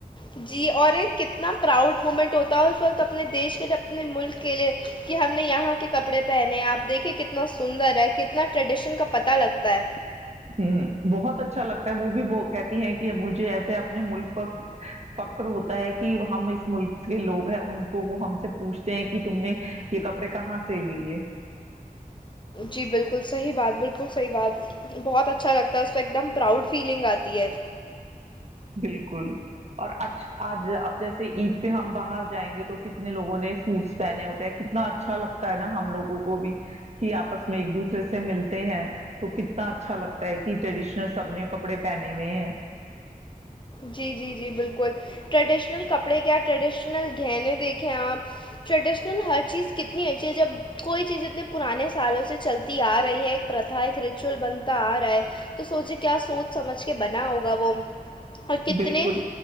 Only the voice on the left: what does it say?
جی اور ایک کتنا پراؤڈ مومنٹ ہوتا ہے اس وقت اپنے دیش کے لیے اپنے ملک کے لیے کہ ہم نے یہاں کے کپڑے پہنے ہیں آپ دیکھیے کتنا سندر ہے کتنا ٹریڈیشن کا پتہ لگتا ہے
جی بالکل صحیح بات بالکل صحیح بات بہت اچھا لگتا ہے اس پہ ایک دم پراؤڈ فیلنگ آتی ہے
جی جی جی بالکل ٹریڈیشنل کپڑے کیا ٹریڈیشنل گہنے دیکھیں آپ ٹریڈشنل ہر چیز کتنی ہےچ چ جب کوئی چیز اتنے پرانے سالوں سے چلتی آ رہی ہے ایک پرتھ ایک ریچوئول بنتا آ رہا ہے تو سوچے کیا سوچ سمجھ کے بنا ہوگا وہ اور کتنے